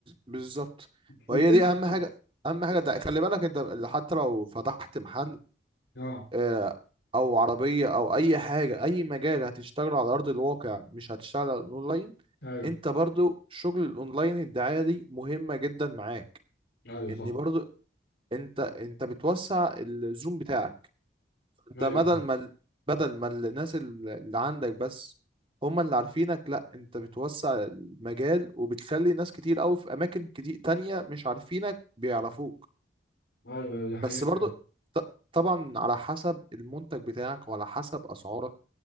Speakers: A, on the right; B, on the left.
A: بالظبط وهي
B: والاسم
A: دي اهم
B: برضه.
A: حاجة اهم حاجة الدعاية خلي بالك انت حتى لو فتحت محل
B: اه
A: آه، او عربيه او اي حاجه اي مجال هتشتغله على ارض الواقع مش هتشتغل على الاونلاين
B: ايوه
A: انت برضو شغل الاونلاين الدعايه دي مهمه جدا معاك
B: ايوه
A: ان
B: صح
A: برضو انت انت بتوسع الزوم بتاعك انت
B: ايوه
A: بدل ما ال- بدل ما الناس ال- اللي عندك بس هما اللي عارفينك لا انت بتوسع المجال وبتخلي ناس كتير قوي في اماكن كتير تانية مش عارفينك بيعرفوك
B: ايوه دي حقيقة
A: بس برضو ط- طبعا على حسب المنتج بتاعك وعلى حسب اسعارك